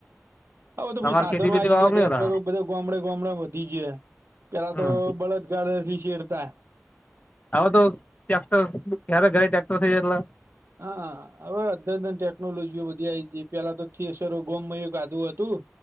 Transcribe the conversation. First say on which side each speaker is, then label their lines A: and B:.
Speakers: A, on the right; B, on the left.
A: હવે તો
B: તમારે
A: સાધનો
B: ખેતી બેતી
A: આવી
B: વાવો
A: જ
B: કે
A: ટ્રેક્ટરો
B: નઈ વાવો
A: બધે ગામડે ગામડે વધી જ પેલા
B: હમ
A: તો બળદ. ગળે સી સેડતા
B: હવે તો ટ્રેક્ટર ઘરે ઘરે ટ્રેક્ટર થઇ જટલા
A: હા હવે અદન અન ટેકનોલોજી બધી આ છે પેલા તો થિયેસરો ગોમમા એ કાધું હતું.